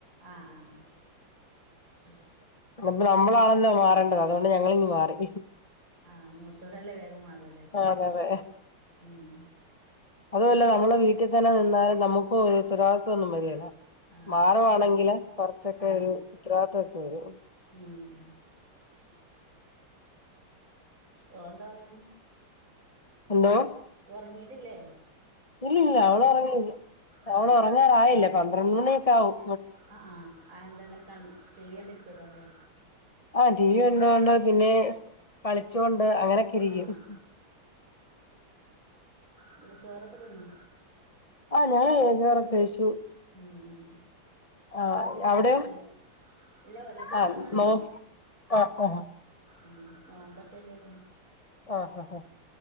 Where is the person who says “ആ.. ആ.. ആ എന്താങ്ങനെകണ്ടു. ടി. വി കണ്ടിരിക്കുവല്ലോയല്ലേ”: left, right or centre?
Right